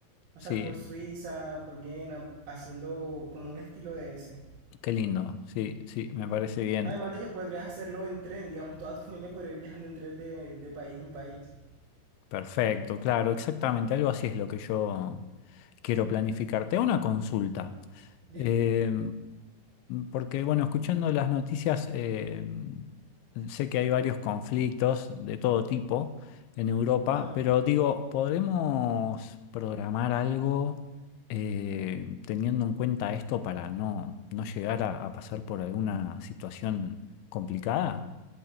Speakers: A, on the right (about 55°); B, on the left (about 85°).
A: Pasar
B: sí,
A: por Suiza, por Viena, haciendo como un estilo de ese.
B: qué lindo. Sí, sí, me parece bien.
A: Además de que podrías hacerlo en tren, digamos, toda tu familia podría ir viajando en tren de, de país en país.
B: Perfecto, claro, exactamente, algo así es lo que yo quiero planificarte. Una consulta,
A: Dime,
B: eh, porque bueno, escuchando las noticias, eh, sé que hay varios conflictos de todo tipo en Europa,
A: claro.
B: pero digo, ¿podremos programar algo eh, teniendo en cuenta esto para no, no llegar a, a pasar por alguna situación complicada?